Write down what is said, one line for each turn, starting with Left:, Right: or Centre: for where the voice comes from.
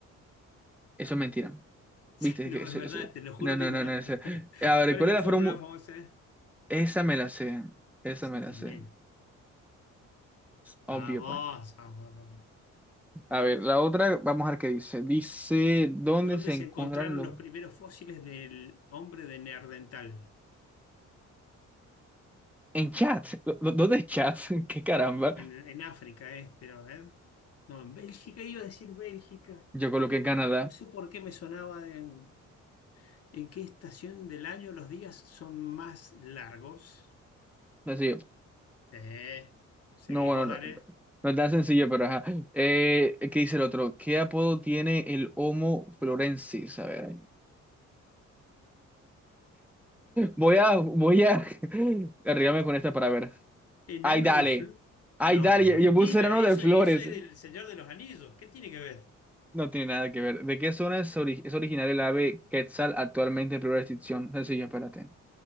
Centre: Eso es mentira.
Left: <laughs>
Centre: ¿Viste?
Left: No,
Centre: Es Que ese-
Left: es verdad,
Centre: ese-
Left: te lo juro
Centre: No, no,
Left: que es verdad.
Centre: no, no. ese-
Left: <laughs>
Centre: A ver,
Left: ¿Cuál
Centre: ¿cuál
Left: es la
Centre: es la
Left: fórmula
Centre: fórmula?
Left: famosa?
Centre: Esa me la sé. Esa
Left: Eso
Centre: me la
Left: también.
Centre: sé. Obvio,
Left: Vamos,
Centre: pan.
Left: vamos, vamos.
Centre: A ver, la otra, vamos a ver qué dice. Dice, ¿dónde
Left: ¿Dónde
Centre: se
Left: se
Centre: encuentran
Left: encontraron
Centre: los...
Left: los primeros fósiles del hombre de Neandertal?
Centre: En chat. ¿Dó- dó- ¿Dónde es chat? <laughs> ¿Qué caramba?
Left: En, en África es, pero a ver. No, en Bélgica iba a decir Bélgica.
Centre: Yo coloqué en Canadá.
Left: No sé por qué me sonaba de en, en qué estación del año los días son más largos.
Centre: Sencillo.
Left: Sí. Seguís
Centre: No, bueno,
Left: vos,
Centre: no.
Left: dale.
Centre: No es tan sencillo, pero ajá. Eh, ¿qué dice el otro? ¿Qué apodo tiene el Homo florensis? A ver. Voy a, voy a <laughs> arriesgarme con esta para ver.
Left: Enano
Centre: Ay, dale.
Left: de Flo.
Centre: Ay,
Left: No,
Centre: dale. Yo,
Left: mentira,
Centre: yo puse serano
Left: eso,
Centre: de flores.
Left: eso es del Señor de los Anillos. ¿Qué tiene que ver?
Centre: No tiene nada que ver. ¿De qué zona es, ori- es originaria el ave Quetzal actualmente en peligro de extinción? Sencillo, espérate.